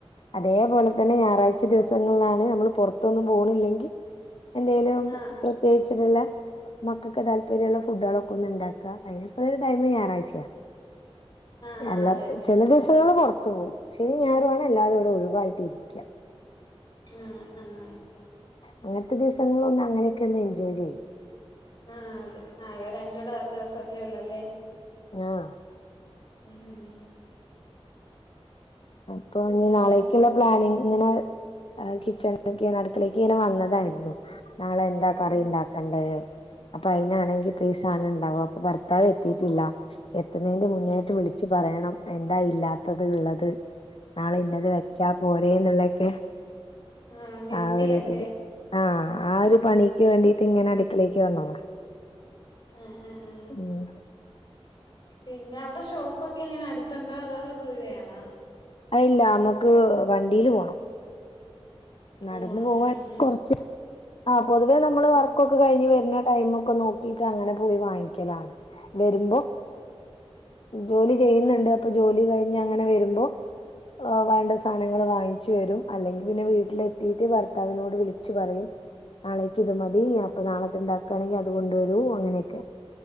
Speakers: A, on the left; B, on the left.
A: അതേപോലെ തന്നെ ഞായറാഴ്ച ദിവസ് സങ്ങളിലാണ് നമ്മള് പുറ ഇപ്പൊ ഒന്നും പോണില്ലെങ്കി എന്തേലും
B: ആഹ്
A: പ്രത്യേകിച്ചിട്ടൊള്ള മക്കൾക്ക് താല്പര്യമുള്ള ഫുഡുകളൊക്കെ ഒന്ന് ഉണ്ടാക്കാ അതിനൊക്കുള്ള ഒരു ടൈമ് ഞായറാഴ്ചയ.
B: ആഹ് ആഹ്
A: എല്ലാ
B: അതെ അതെ
A: ചില ദിവസങ്ങൾ പുറത്ത്. പോവും ശനി ഞായറുവാണ് എല്ലാവരും ഇവിടെ ഒഴിവായിട്ടിരിക്ക്യ.
B: ആഹ് ആഹ്.
A: അങ്ങനത്തെ ദിവസങ്ങളൊന്ന് അങ്ങനെയൊക്കെ ഒന്ന് എൻജോയ് ചെയ്യും.
B: ആഹ് അതെ ആകെ രണ്ട് ട ദിവസല്ലേ ഒള്ളല്ലേ.
A: ആഹ്
B: ഉം
A: അപ്പൊ
B: പിന്നെന്താണ്
A: ഇഞ്ഞ് നാളേക്കിള്ള പ്ലാനിങ് ഇങ്ങനെ കിച്ചണിലേക്ക് അടുക്കിളേക്ക് ഇങ്ങനെ വന്നതായിരുന്നു. നാളെ എന്താ
B: ആഹ്
A: കറി ഉണ്ടാക്കണ്ടേ. <inaudible> അപ്പ അയിനാണെങ്കിപ്പ ഈ സാനണ്ടാവൊ അപ്പൊ ഭർത്താവ് എത്തീട്ടില്ല എത്തുന്നെയ്ന്റെ മുന്നായിട്ട് വിളിച്ച് പറയണം എന്താ ഇല്ലാത്തത് ഉള്ളത്. നാളെ ഇന്നത് വെച്ചാ പോരേന്ന്ള്ളൊക്കെ
B: ആഹ് ഡ്യൂട്ടിയാല്ലേ
A: ആ ഒരു ഇതില് ആ ആ ഒര് പണീക്ക് വേണ്ടീട്ട് ഇങ്ങനെ അട് ക്കെളേക്ക് വന്നതാ.
B: ആഹ് ആഹ് ആഹ്
A: ഉം.
B: പിന്നെ അവിടെ ഷോപ്പൊക്കെ എങ്ങനെ അടുത്തുണ്ടോ അതോ ദൂരെയാണോ?
A: അയില്ല അമ്മക്ക് വണ്ടീല് പോണം. നടന്നു
B: ഓഹ് അങ്ങനെ
A: പോവാണെ
B: ഉം
A: കൊറച്ച്. ആ പൊതുവേ നമ്മള്
B: ഉം
A: വർക്കൊക്കെ കഴിഞ്ഞ് വെര്ണ ടൈമൊക്കെ നോക്കിയിട്ട് അങ്ങനെ പോയി വാങ്ങിക്കലാണ്. വെരുമ്പ ജോലി ചെയ്യുന്നുണ്ട്
B: ആഹ്
A: അപ്പൊ ജോലി കഴി ഇനി അങ്ങനെ വരുമ്പോ. ആഹ് വേണ്ട സാനങ്ങള് വാങ്ങിക്കും. ചേരും അല്ലെങ്കി പിന്നെ വീ ട്ടിലെത്തീട്ട് ഭർത്താവിനോട് വിളിച്ചു പറയും. നാളെക്ക് ഇത് മതി അപ്പൊ നാളെ. ണ്ടാക്കാണെങ്കി അത് കൊണ്ട് വരൂ അങ്ങനെയൊക്കെ